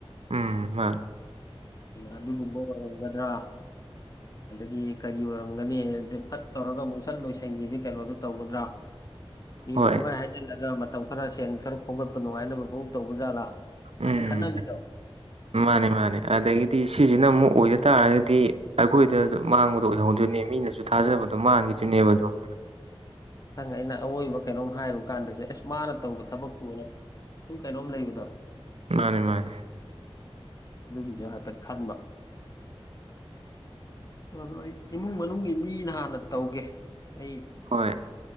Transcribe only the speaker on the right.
ꯎꯝ ꯃꯥꯅꯦ
ꯍꯣꯏ
ꯎꯝ
ꯃꯥꯅꯦ ꯃꯥꯅꯦ ꯑꯗꯒꯤꯗꯤ ꯁꯤꯁꯤꯅ ꯑꯃꯨꯛ ꯑꯣꯏꯗ ꯇꯥꯔꯒꯗꯤ ꯑꯩꯈꯣꯏꯗ ꯃꯥꯡꯕꯗꯣ ꯑꯣꯏꯍꯧꯗꯣꯏꯅꯦ ꯃꯤꯅꯁꯨ ꯊꯥꯖꯕ ꯃꯥꯡꯒꯤꯗꯨꯏꯅꯦꯕ ꯑꯗꯨꯝ
ꯃꯥꯅꯦ ꯃꯥꯅꯦ
ꯍꯣꯏ